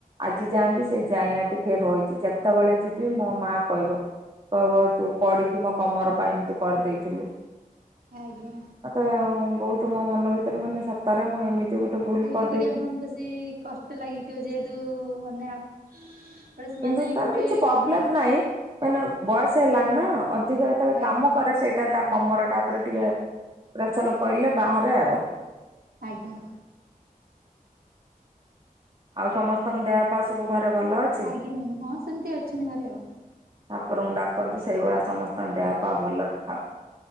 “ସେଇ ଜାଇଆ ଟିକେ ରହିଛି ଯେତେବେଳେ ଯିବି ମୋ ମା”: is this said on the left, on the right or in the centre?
Right